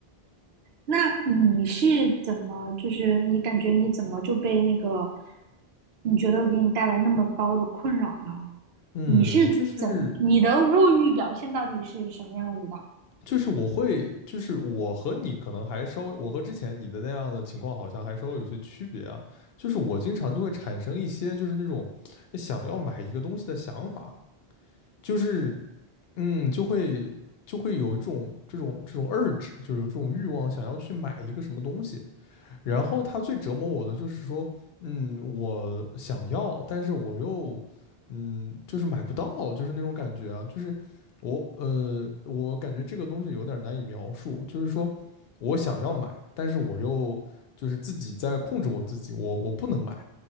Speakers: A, on the right (about 80°); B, on the left (about 75°).
A: 那你是怎么，就是你感觉你怎么就被那个，你觉得给你带来那么高的困扰呢？
B: 嗯，
A: 你是怎么，
B: 就是
A: 你的物欲表现到底是什么样子的？
B: 就是我会，就是我和你可能还稍微，我和之前你的那样的情况好像还稍微有些区别啊。就是我经常就会产生一些就是那种想要买一个东西的想法，就是嗯，就会就会有一种这种这种 urge，就是有这种欲望想要去买一个什么东西。然后他最折磨我的就是说，嗯，我想要，但是我又，嗯，就是买不到，就是那种感觉啊，就是我，呃，我感觉这个东西有点难以描述，就是说我想要买，但是我又就是自己在控制我自己，我我不能买，